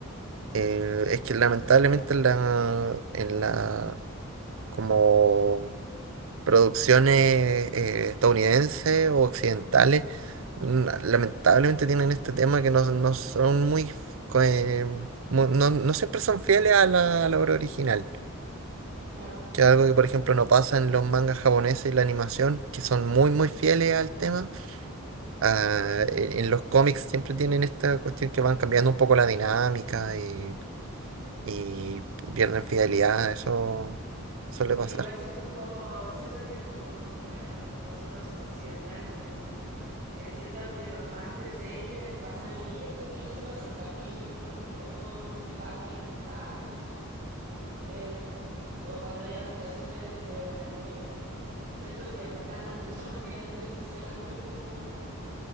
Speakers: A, on the right; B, on the right.
A: eh, es que lamentablemente en la, en la como producciones eh, estadounidenses o occidentales, mm, lamentablemente tienen este tema que no, no son muy, co- eh, mu- no, no siempre son fieles a la, a la obra original,
B: Claro.
A: que es algo que por ejemplo no pasa en los mangas japoneses y la animación, que son muy muy fieles al tema. Ah, e- en los cómics siempre tienen esta cuestión que van cambiando un poco la dinámica y y pierden fidelidad, eso suele pasar.
B: Igual siento como, siento que como, bueno, no- nosotros somos occidentales, pero eh, siento que los fans de series, basan libros, cuestiones así, no son tan brígidos como los fans del manga, eh, o cuando hay adaptaciones de anime. Siento que el estándar es mucho <laughs> más grande si se cambia como